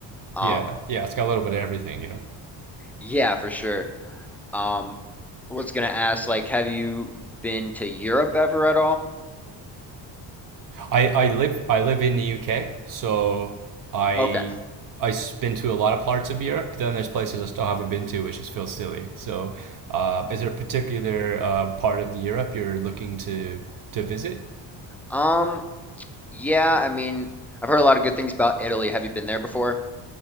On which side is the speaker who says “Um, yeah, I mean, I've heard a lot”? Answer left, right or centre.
Centre